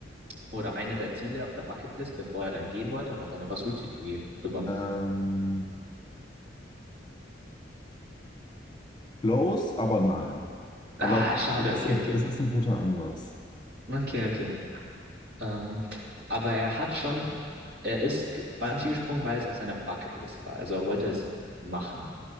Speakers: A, on the right; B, on the left.
A: oder einer der Ziele auf der Bucketlist, bevor er dann gehen wollte und hat dann einfach Suizid begehen, begonnen.
B: Ähm, close, aber nein.
A: Ah,
B: Aber
A: schade.
B: es ist
A: Okay,
B: ein,
A: okay.
B: es ist ein guter Ansatz.
A: Okay, okay. Ähm, aber er hat schon, er ist ge- Bungee gesprungen, weil es auf seiner Bucketlist war. Also er wollte es machen